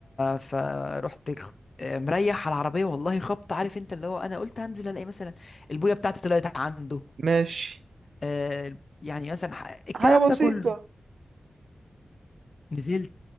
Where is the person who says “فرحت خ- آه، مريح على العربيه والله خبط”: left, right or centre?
Left